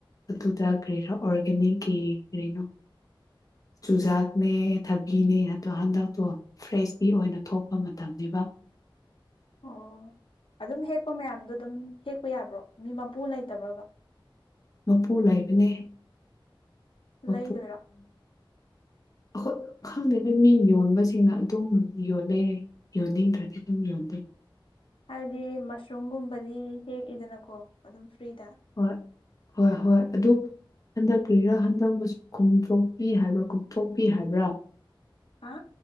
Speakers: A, on the left; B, on the left.
A: ꯑꯗꯨꯗ ꯀꯔꯤꯔꯥ ꯑꯣꯔꯒꯥꯦꯅꯤꯛꯀꯤ ꯀꯔꯤꯅꯣ
B: <unintelligible>
A: ꯆꯨꯖꯥꯛꯅꯦ ꯊꯕꯤꯅꯦ ꯑꯗꯣ ꯍꯟꯗꯛꯇꯣ ꯐ꯭ꯔꯦꯁꯂꯤ ꯑꯣꯏꯅ ꯊꯣꯛꯄ ꯃꯇꯝꯅꯤꯕ
B: ꯑꯣ ꯑꯗꯨꯝ ꯍꯦꯛꯄ ꯃꯌꯥꯝꯗꯣ ꯑꯗꯨꯝ ꯍꯦꯛꯄ ꯌꯥꯕ꯭ꯔꯣ ꯃꯤ ꯃꯄꯨ ꯂꯩꯇꯕ꯭ꯔꯕ
A: ꯃꯄꯨ ꯂꯩꯕꯅꯦ ꯑ
B: ꯂꯩꯗꯣꯏꯔꯣ
A: ꯑ ꯈꯪꯗꯦꯅ ꯃꯤ ꯌꯣꯟꯕꯁꯤꯅ ꯑꯗꯨꯝ ꯌꯣꯂꯩ ꯌꯣꯟꯅꯤꯡꯗ꯭ꯔꯗꯤ ꯑꯗꯨꯝ ꯌꯣꯟꯜꯂꯤꯩ
B: ꯍꯥꯏꯕꯗꯤ ꯃꯁꯔꯨꯝꯒꯨꯝꯕꯗꯤ ꯍꯦꯛꯏꯗꯅꯀꯣ ꯑꯗꯨꯝ ꯐ꯭ꯔꯤꯗ
A: ꯍꯣꯏ ꯍꯣꯏ ꯍꯣꯏ ꯑꯗꯨ ꯍꯟꯗꯛꯀꯤꯔ ꯍꯟꯗꯛ ꯈꯣꯡꯗꯣꯛꯄꯤ ꯍꯥꯏꯕ꯭ꯔꯥ ꯈꯣꯡꯇꯣꯛꯄꯤ ꯍꯥꯏꯕ꯭ꯔꯥ
B: ꯍꯥ